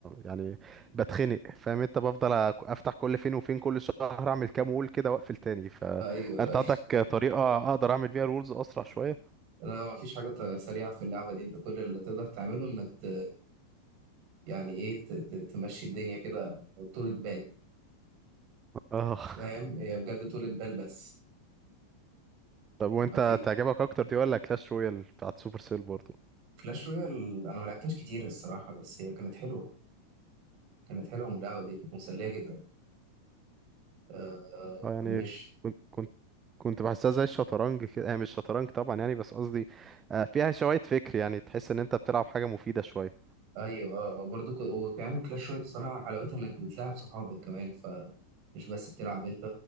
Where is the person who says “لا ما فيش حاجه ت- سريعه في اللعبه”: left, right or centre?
Right